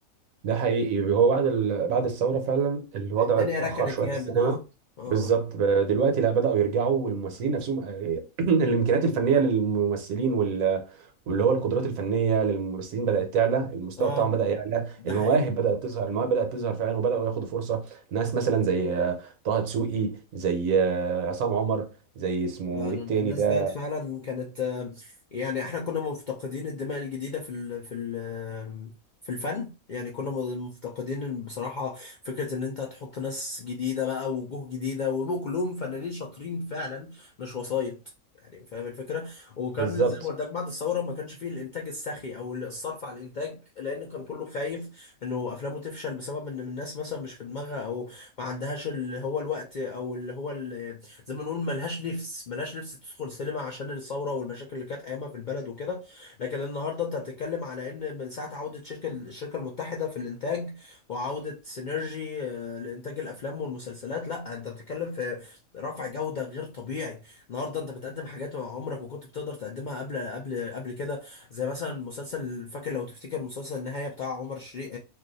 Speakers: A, on the right (about 75°); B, on the left (about 70°).
A: ده حقيقي هو بعد ال... بعد الثورة فعلا الوضع
B: الدنيا
A: اتأخر
B: ركنت
A: شوية
B: جامد
A: في السينما
B: اه اه
A: بالظبط ب- دلوقتي لا بدأوا يرجعوا والممثلين نفسهم <clears throat> الإمكانيات الفنية للممثلين وال... واللي هو القدرات الفنية للممثلين بدأت تعلى المستوى
B: اه
A: بتاعهم بدأ يعلى
B: ده
A: المواهب
B: حقيقي
A: بدأت تظهر المواهب بدأت تظهر فعلا وبدأوا ياخدوا فرصة ناس مثلا زي آه، طه دسوقي زي آه، عصام عمر زي اسمه
B: فعلا
A: إيه التاني
B: الناس
A: ده
B: ديت فعلا كانت آه، يعني احنا كنا مفتقدين الدماء الجديدة في ال في ال آه، في الفن يعني كنا مفتقدين إن بصراحة فكرة ان انت تحط ناس جديدة بقى ووجوه جديدة ويبقوا كلهم فنانين شاطرين فعلا مش وسايط يعني فاهم الفكرة وكان
A: بالظبط
B: زي ما قلت لك بعد الثورة ما كانش فيه الانتاج السخي او الصرف على الانتاج لان كان كله خايف انه افلامه تفشل بسبب ان الناس مثلا مش في دماغها او ما عندهاش اللي هو الوقت او اللي هو ال- زي ما نقول ملهاش نفس ملهاش نفس تدخل سينما عشان الثوره والمشاكل اللي كانت ايامها في البلد وكده لكن النهارده انت بتتكلم على ان من ساعه عوده شركه الشركه المتحده في الانتاج وعوده سينرجي آه، لانتاج الافلام والمسلسلات لا انت بتتكلم في رفع جوده غير طبيعي النهارده انت بتقدم حاجات عمرك ما كنت بتقدر تقدمها قبل قبل قبل كده زي مثلا مسلسل فاكر لو تفتكر مسلسل النهايه بتاع عمر شريف